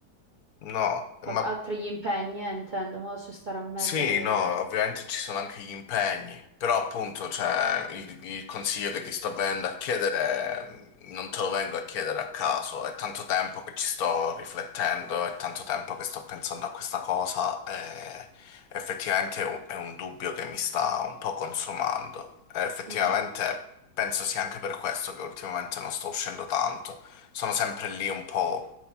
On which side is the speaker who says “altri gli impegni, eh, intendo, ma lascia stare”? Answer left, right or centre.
Right